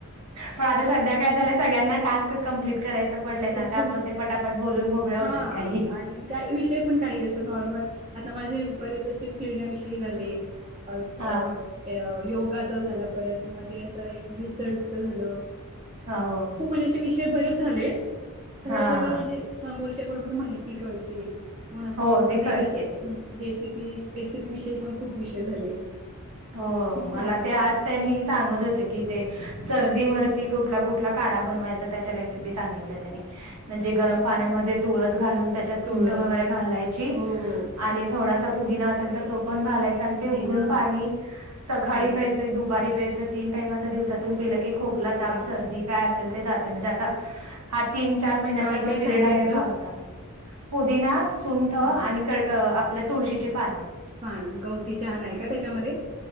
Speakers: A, on the right; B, on the right.
A: पण आता सध्या काय झाल्या सगळ्यांना टास्कच कं्प्लीट करायचं पडलेय ना
B: त्याच्यामुळे
A: त्यामुळे ते पटापट बोलून मोकळे. होतात
B: हा.
A: काही
B: का विषय पण काही जसं नॉर्मल आता माझे बरेच असे फिरण्याविषयी झाले. अजून
A: हा
B: ते. योगाच झाला परत मध्ये अस एक भेसळ युक्त झालं
A: हो
B: खूप म्हणजे. े बरेच झाले थोडं
A: हा
B: थोडं
A: हा
B: म्हणजे समोरच्याकडून माहिती कळते. कोण असं
A: हो
B: दघीती
A: ते कळतेय
B: गेस रेसिपी रेसिपी विषयी पण खूप विषय झाले.
A: हो मला
B: चालूच
A: ते आज
B: आहेत
A: त्यांनी सांगत होते की ते सर्दीवररती कुठला कुठला काढा बनवायचा त्याच्या रेसिपी सांगित म्हणजे
B: हा
A: गरम पाण्यामध्ये तुळस घालून त्याच्यात चुंठ
B: तुळस
A: वगैरे घालायची.
B: हो हो
A: आणि थोडासा पुदिना असेल तर तो पण घालायचा आणि
B: पुदिना
A: ते उघडून पाणी सकाळी
B: प्यायच
A: पहि दुपारी प्यायच. तीन टाईम अस दिवसातून पिलं की, खोकला,
B: थोडं थोडं
A: ताप,
B: प्यायला
A: सर्दी काय असेल ते जाते. म्हणजे आता, हा तीन चार महिन्याचा
B: काय
A: जो
B: काय
A: पिरियड
B: सांगितलं
A: आहे पा. पुदिना, सुंठ
B: हा
A: आणि आपल्या तुळशीची पानं.
B: पाण. गवती चहा नाही का त्याच्यामध्ये?